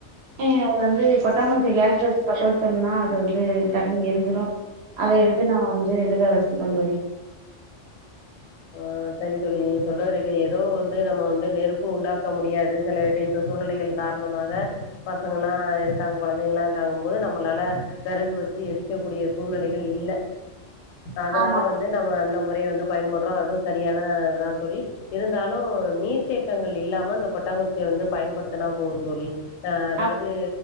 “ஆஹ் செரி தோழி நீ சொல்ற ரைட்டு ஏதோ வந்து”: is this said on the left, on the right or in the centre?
Left